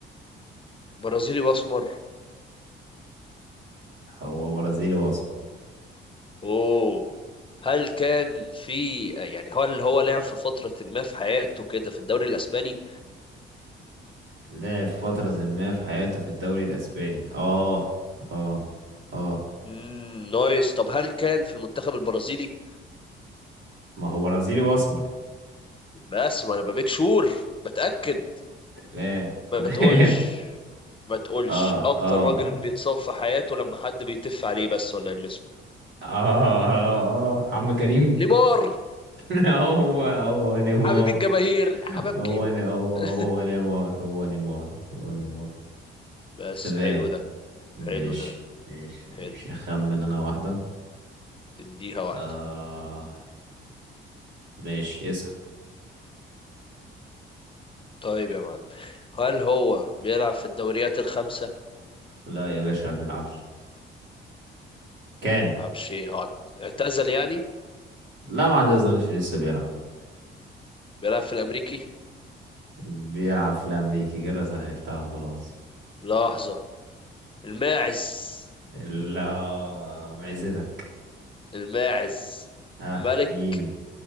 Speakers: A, on the left; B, on the right.
A: برازيلي واسمر
B: هو برازيلي واصل
A: اوه هل كان في يعني هو اللي هو لعب في فترة ما في حياته كده في الدوري الاسباني
B: لعب فترة ما في حياته في الدوري الأسباني اه اه اه
A: مم، نايس طب هل كان في المنتخب البرازيلي
B: ما هو برازيلي وأسمر
A: بس ما انا بميك شور بتأكد
B: تمام تمام
A: ما تقولش
B: <laughs>
A: ما تقولش
B: اه
A: اكتر
B: اه
A: راجل
B: اه
A: بيتصاب في حياته لما حد بيتف عليه بس ولا يلمسه
B: اه اه عم كريم
A: نيمار
B: <laughs> هو هو نيمار
A: حبيب الجماهير حبيب
B: هو
A: كيمو
B: ن- هو
A: <laughs>
B: هو نيمار هو نيمار هو نيمار
A: بس
B: تمام
A: حلو ده
B: ماشي
A: حلو ده
B: ماشي ماشي
A: حلو
B: أخمن أنا واحدة
A: تديها واحدة
B: آه ماشي اسأل
A: طيب يا معلم هل هو بيلعب في الدوريات الخمسة
B: لا يا باشا ما بيلعبش كان
A: بيلعبش ايه هو اعتزل يعني
B: لا ما اظنش لسه بيلعب
A: بيلعب في الامريكي
B: بيلعب في الأمريكي كده سهلتها خلاص
A: لحظة الماعز
B: لا معزتك
A: الماعز
B: اه
A: ملك
B: مين